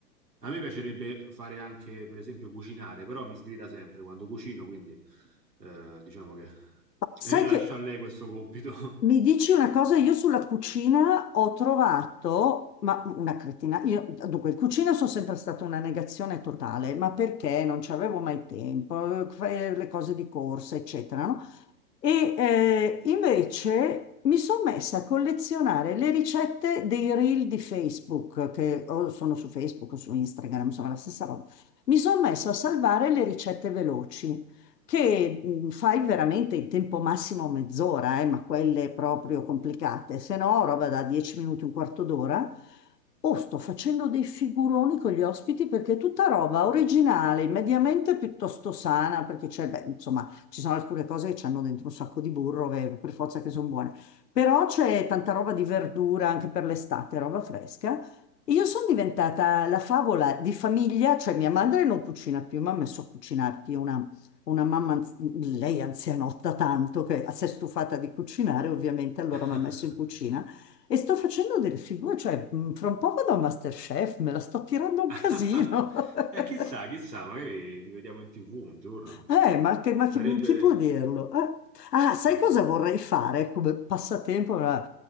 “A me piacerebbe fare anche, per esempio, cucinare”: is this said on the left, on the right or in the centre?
Right